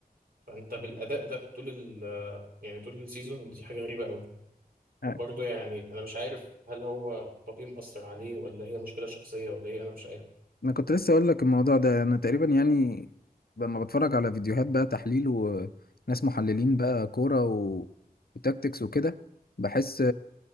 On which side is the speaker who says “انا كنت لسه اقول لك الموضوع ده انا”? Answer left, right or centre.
Left